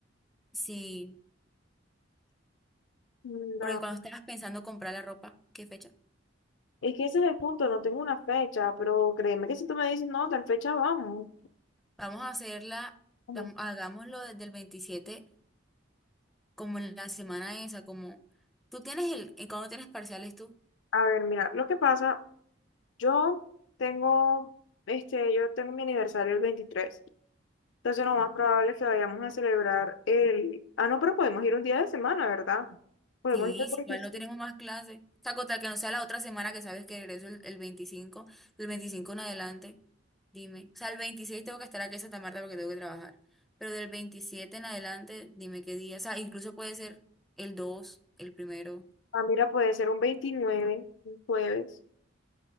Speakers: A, in the centre; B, on the left.
A: Sí.
B: Mm, No.
A: Porque cuando estabas pensando comprar la ropa, ¿qué fecha?
B: Es que ese es el punto, no tengo una fecha, pero créeme que si tú me dices, no, tal fecha vamos.
A: Vamos a hacerla,
B: Ajá.
A: vam- hagámoslo desde el 27 como en la semana esa, como tú tienes el, eh, ¿cuándo tienes parciales tú?
B: A ver, mira, lo que pasa Yo tengo, este, yo tengo mi aniversario el veintitrés Entonces lo más probable es que vayamos a celebrar el... Ah, no, pero podemos ir un día de semana, ¿verdad? Podemos
A: Sí,
B: ir el
A: sí,
B: 25.
A: igual no tenemos más clases. O sea, contar que no sea la otra semana que sabes que regreso el, el veinticinco del 25 en adelante, dime. O sea, el 26 tengo que estar aquí en Santa Marta porque tengo que trabajar. Pero del 27 en adelante, dime qué día. O sea, incluso puede ser el dos el primero.
B: Ah, mira, puede ser un veintinueve un jueves.